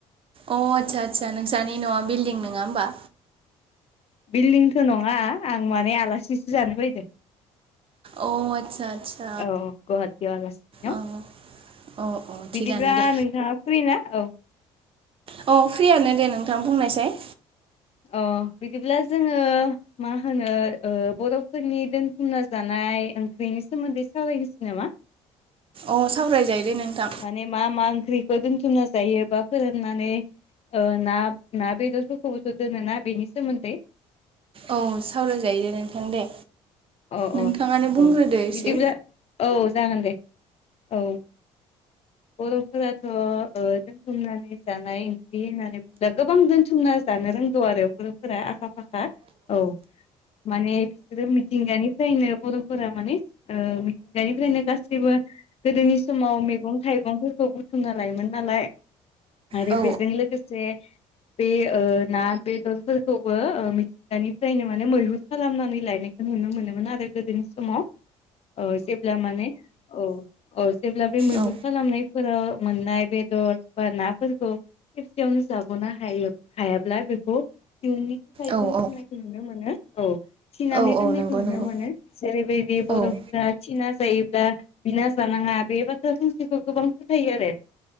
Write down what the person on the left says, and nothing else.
बिल्डिंथ' नङा आं माने आलासिसो जानो फैदों।
औ गुवाहाटी आव आलासिनिनाव।
बिदिब्ला
नोंथाङा फ्रि ना? औ।
अ बिदिब्ला जोङो मा होनो ओ बर'फोरनि दोन थुमना जानाय ओंख्रिनि सोमोन्दै सावरायनोसै नामा?
माने मा मा ओंख्रिखौ दोनथुमना जायो बा फोराननानै ओ ना ना बेदरफोरखौबोथ' दोनो ना बेनि सोमोन्दै
अ अ
औ
बिदिब्ला औ जागोन दे। औ बर'फोराथ'ओ दोनथुमनानै जानाय ओंख्रि होननानै बुंला गोबां दोनथुमना जानो रोंगौ आरो बर'फोरा आखा फाखा औ माने बिसोरो मि थिंगानिफ्रायनो बर'फोरा माने ओ मिथिंगानिफ्रायनो गासैबो गोदोनि समाव मेगं थाइगंफोरखौ बुथुमना लायोमोन नालाय। आरोे
बेजों लोगोसे बे ओ‌ ना बेदरफोरखौबो ओ मिथिंगानिफ्रायनो माने मैहुर खालामनानै लायनाय नुनो मोनोमोन आरो गोदोनि समाव। औ जेब्ला माने औ औ जेब्ला बे मैहुर
खालामनाय फोराव मोननाय बेदर बा नाफोरखौ खेबसेयावनो जाग'नो हायो हायाब्ला बेखौ इयुननि थाखाय
दोनथुमनायखौ
नुनो मोनो औ। थिनानै
दोननायखौ
नुनो
मोनो जेरैबायदि बर'फोरा
थिना जायोब्ला बिना जानाङा बे बाथ्रा फंसेखौ गोबां फोथायो आरो